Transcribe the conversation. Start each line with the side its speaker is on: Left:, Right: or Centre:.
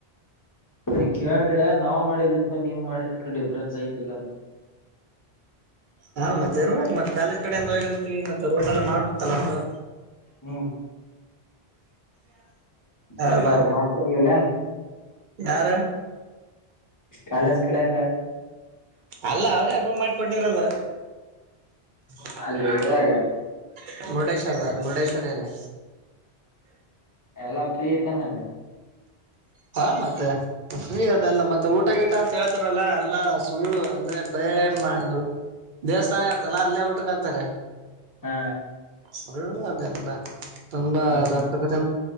Left: ಅದ ಕೇಳ್ದೆ ನಾವ್ ಮಾಡಿದಕ್ಕ ನೀವ್ ಮಾಡಿದಕ್ಕೆ ಡಿಫ್ರನ್ಸ್ ಐತಿಲ್ಲ ಅಂತ
Right: ಹಾ ಮತ್ತೆ ಇರ್ಬೇಕ್ ಮತ್ತೆ ಕಾಲೇಜ್ ಕಡೆ ಇಂದ ಹೋಗಿರ್ತ್ತೀವಿ ಮತ್ತೆ ರೂಮ್ ಎಲ್ಲ ಮಾಡ್ಬೇಕಲ್ಲ ಅವರು
Left: ಹ್ಮ್ ಯಾಕ
Right: <unintelligible>
Left: ಅವ್ರು ಮಾಡ್ತಿರ್ಲಿಲ್ಲ ಏನ್
Right: ಯಾರ
Left: ಕಾಲೇಜ್ ಕಡೆಯಿಂದ
Right: ಅಲ್ಲ ಅವರೇ ರೂಮ್ ಮಾಡಿಕೊಟ್ಟಿರೋದು <unintelligible>
Left: ಅಲ್ಲಿ ಇದ್ರಾಗ
Right: ಮುರುಡೇಶ್ವರದಾಗ ಮುರುಡೇಶ್ವರ ಅಲ್ಲೇ
Left: ಎಲ್ಲ ಫ್ರೀ ಇತ್ತೇನಲ್ಲಿ
Right: ಂ <inaudible> ಹಾ ಮತ್ತೆ ಫ್ರೀ ಅದೆಲ್ಲ ಮತ್ತೆ ಊಟ ಗೀಟ ಅಂತ ಹೇಳ್ತಾರಲ್ಲಾ ಎಲ್ಲಾ ಸುಳ್ಳು ಅಂದ್ರೆ ಬೇ ಇದು ದೇವಸ್ಥಾನ ಇರ್ತಲ್ಲಾ ಅಲ್ಲೇ ಊಟಕ್ ಹಾಕ್ತಾರೆ
Left: ಹಾ
Right: ಸುಳ್ಳು ಅದೆಲ್ಲ ತುಂಬಾ
Left: ಹಾ
Right: ದಂತಕಥೆ